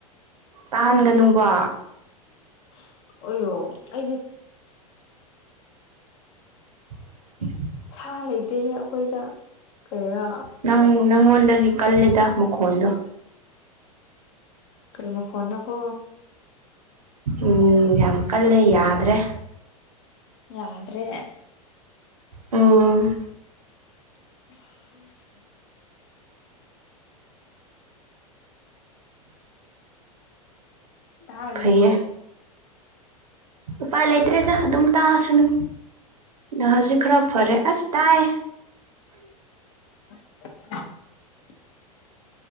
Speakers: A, on the right (about 75°); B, on the left (about 50°).
A: ꯇꯥꯍꯟꯒꯅꯨꯕ
B: <unintelligible> ꯑꯩꯌꯣ ꯑꯩꯗꯤ
A: <unintelligible>
B: ꯁꯥꯥ ꯂꯩꯇꯦꯍꯦ ꯑꯩꯈꯣꯏꯗ ꯀꯩꯔꯥ
A: ꯅꯪ ꯅꯪꯉꯣꯟꯗꯒꯤ ꯀꯜꯂꯦꯗ ꯃꯈꯣꯟꯗꯨ
B: ꯀꯔꯤ ꯃꯈꯣꯟꯅꯣꯀꯣ
A: ꯎꯝ ꯌꯥꯝ ꯀꯜꯂꯦ ꯌꯥꯗ꯭ꯔꯦ
B: ꯌꯥꯗ꯭ꯔꯦ
A: ꯎꯝ
B: ꯑꯁ ꯇꯥꯔꯤꯕ꯭ꯔꯣ
A: ꯐꯩꯌꯦ ꯎꯄꯥꯏ ꯂꯩꯇ꯭ꯔꯦꯗ ꯑꯗꯨꯝ ꯇꯥꯔꯁꯨꯅꯨ ꯍꯧꯖꯤꯛ ꯈꯔ ꯐꯔꯦ ꯑꯁ ꯇꯥꯏꯌꯦ
B: <inaudible>